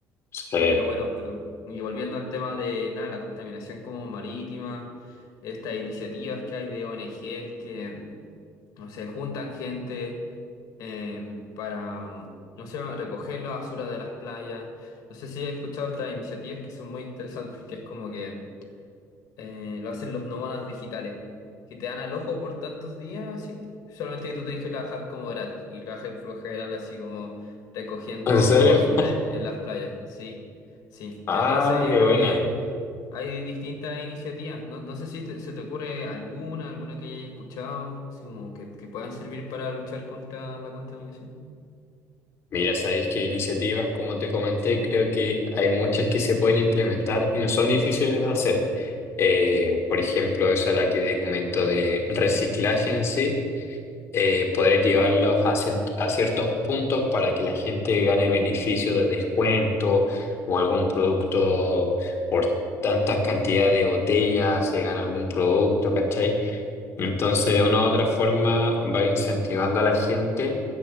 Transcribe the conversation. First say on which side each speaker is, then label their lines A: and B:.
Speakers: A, on the left (about 40°); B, on the left (about 70°).
A: Sí.
B: pero bueno, pero, y volviendo al tema de nada, la contaminación como marítima, estas iniciativas que hay de ONGs que, no sé, juntan gente eh, para, no sé, recoger la basura de las playas. No sé si has escuchado estas iniciativas que son muy interesantes, que es como que eh, lo hacen los nómadas digitales, que te dan al ojo por tantos días, así. Solamente que tú tienes que trabajar como gratis y trabajas por lo general así como recogiendo
A: ¿En serio?
B: basura
A: <laughs>
B: en, en las playas. Sí, sí.
A: Ah,
B: Entonces yo
A: qué
B: creo
A: buena.
B: que hay distintas iniciativas. No, no sé si te- se te ocurre alguna, alguna que hayas escuchado, así como que, que puedan servir para luchar contra la contaminación.
A: Mira, sabéis que iniciativas, como te comenté, creo que hay muchas que se pueden implementar y no son difíciles de hacer. Eh, por ejemplo, esa es la que te comento de reciclaje en sí. eh, poder llevarlos a, cien- a ciertos puntos para que la gente gane beneficio de descuento o algún producto por tantas cantidades de botellas, se gana algún producto, ¿cachai? Entonces, de una u otra forma, va incentivando a la gente